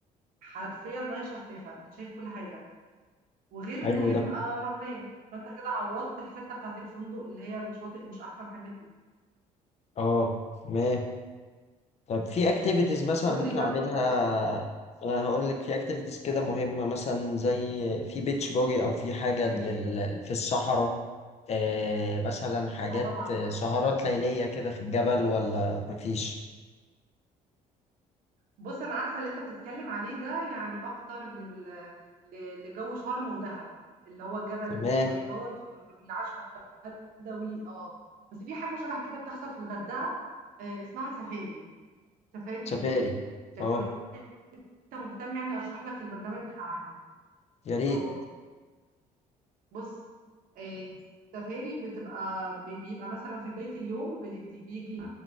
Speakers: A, on the right (about 70°); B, on the left (about 45°).
A: حرفيا ميه شفافه انت شايف كل حاجه وغير
B: حلو
A: ان هي بتبقى
B: ده
A: رمليه فانت كده عوضت الحته بتاعت الفندق اللي هي الشاطئ مش احسن حاجه فيه
B: اه ما طب في اكتيفيتيز مثلا
A: تقول
B: ممكن
A: لي برضو
B: اعملها
A: انت
B: انا هقول لك في اكتيفيتيز كده
A: اه
B: مهمة مثلا زي في بيتش بوجي او في حاجة
A: زي
B: لل...
A: ايه
B: في الصحراء آه مثلا حاجات
A: اه طبعا
B: آه، سهرات ليلية كده في الجبل ولا مفيش
A: بص انا عارفه اللي انت بتتكلم عليه ده يعني اكتر لل... ل- لجو شرم ودهب اللي هو جبل
B: تمام
A: الطويلات وال- والعشاء البدوي اه بس في حاجه شبه كده بتحصل في الغردقه آه اسمها سفاري السفاري
B: سفاري
A: دي لو
B: اه
A: انت مهتم يعني اشرح لك البرنامج بتاعها
B: يا ريت
A: اه بص آه، السفاري بتبقى بي- بيبقى مثلا في بداية اليوم بي- بي- بيجي